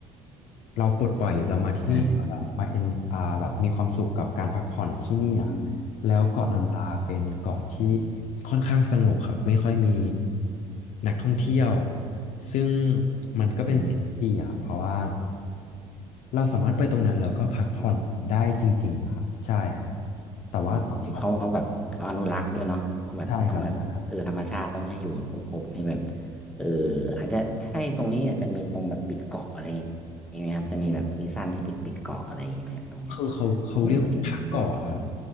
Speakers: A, on the left; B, in the centre.
A: เราปลดปล่อยเรามาที่นี่แบบมาเอ็นอาแบบมีความสุขกับการพักผ่อนที่นี่อ่ะ
B: ใช่มันอืม
A: แล้วเกาะลันตาเป็นเกาะที่
B: อืมอืม
A: ค่อนข้างสงบครับไม่ค่อยมีนักท่องเที่ยวซึ่งมันก็เป็นสิ่งที่ดีอ่ะเพราะว่า
B: อื
A: เราสามารถไปตรงนั้นแล้วก็พักผ่อนได้จริงๆอะครับใช่ครับ
B: ม
A: แต่ว่าตอนนี้ผมก็
B: อืมเขาเขาแบบเขาอนุรักษ์ด้วยเนาะเขาแบบต้องแบบเออธรรมชาติต้องให้อยู่แบบครบๆให้แบบ
A: ใช่ครับใช่ครับ
B: เอออาจจะใช่ตรงนี้อาจจะมีตรงแบบปิดเกาะอะไรอย่างงี้ไหมครับจะมีแบบซีซั่นที่ปิดปิดเกาะอะไรอย่างงี้ไหมตรงเนี้ย
A: คือเขาเขาเรียกถ้าเกาะอะครับ
B: เออเหมือนจะมีมีอยู่ที่หนึง